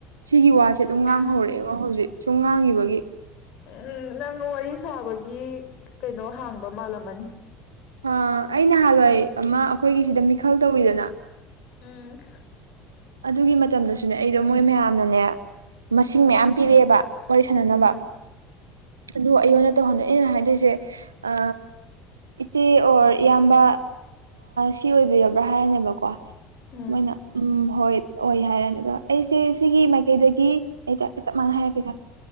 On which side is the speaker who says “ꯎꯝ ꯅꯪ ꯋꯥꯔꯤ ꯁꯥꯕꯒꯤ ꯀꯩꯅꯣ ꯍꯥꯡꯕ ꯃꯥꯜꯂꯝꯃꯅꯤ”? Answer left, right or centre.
Left